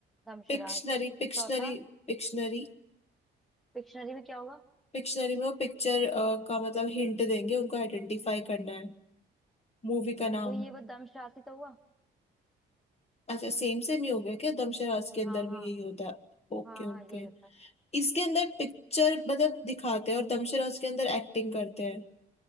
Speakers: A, in the centre; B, on the left.
A: दमशराज
B: Pictionary Pictionary
A: चौथा
B: Pictionary
A: डिक्शनरी में क्या होगा
B: Pictionary में वो पिक्चर का मतलब हिंट देंगे उनको आइडेंटिफाई करना है मूवी का नाम
A: तो ये वो दमशराज ही तो हुआ
B: अच्छा सेम सेम ही हो गया क्या दमशरास के अंदर
A: हाँ हाँ
B: भी यही होता है Okay
A: हाँ हाँ
B: okay
A: यही होता है
B: इसके अंदर पिक्चर मतलब दिखाते हैं और दमशरास के अंदर एक्टिंग करते हैं